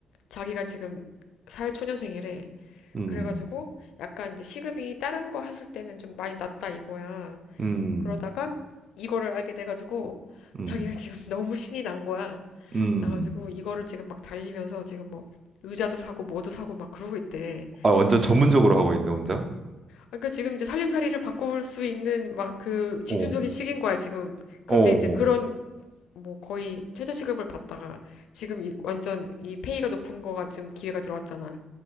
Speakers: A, on the left (about 80°); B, on the right (about 35°).
A: 자기가 지금 사회초년생이래.
B: 음,
A: 그래가지고, 약간 이제 시급이 다른 거 했을 때는 좀 많이 낮다 이거야.
B: 음,
A: 그러다가, 이거를 알게 돼가지고,
B: 음,
A: 자기가 지금 <laughs> 너무 신이 난 거야.
B: 음.
A: 나가지고, 이거를 지금 막 달리면서 지금 뭐, 의자도 사고, 뭐도 사고 막 그러고 있대.
B: 아, 완전 전문적으로
A: 어,
B: 하고 있네, 혼자?
A: 그러니까 지금 이제 살림살이를 바꿀 수 있는 막 그 집중적인
B: 오,
A: 시기인 거야, 지금. 그런데
B: 오, 오,
A: 이제 그런 뭐 거의 최저시급을 받다가 지금 이- 완전 이 페이가 높은 거가 지금 기회가 들어왔잖아.